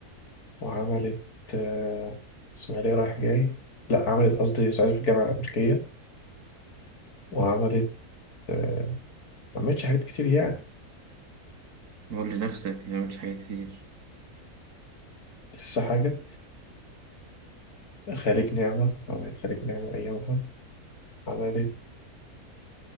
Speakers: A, on the left; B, on the right.
A: وعملت آه، إسماعيلية رايح جاي لا عملت قصدي صعيدي في الجامعة الأمريكية وعملت آه، ما عملتش حاجات كتير يعني
B: قول لنفسك ما عملتش حاجات كتير
A: لسه حاجة خارج نعمة عملت خارج نعمة أيامها عملت